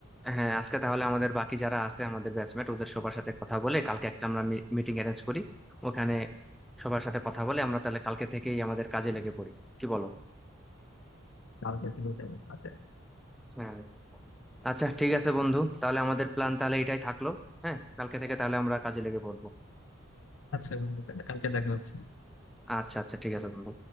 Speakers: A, in the centre; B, on the left.
A: হ্যাঁ আজকে তাহলে আমাদের বাকি যারা আছে আমাদের ব্যাচমেট ওদের সবার সাথে কথা বলে কালকে একটা আমরা মিটিং অ্যারেঞ্জ করি ওখানে সবার সাথে কথা বলে আমরা তাহলে কালকে থেকেই আমাদের কাজে লেগে পড়ি কি বলো
B: কালকে থেকে যাবে কালকে
A: হ্যাঁ আচ্ছা ঠিক আছে বন্ধু তাহলে আমাদের প্ল্যান তাহলে এটাই থাকলো হ্যাঁ কালকে থেকে তাহলে আমরা কাজে লেগে পড়বো
B: আচ্ছা বন্ধু, তাহলে কালকে দেখা হচ্ছে
A: আচ্ছা আচ্ছা ঠিক আছে বন্ধু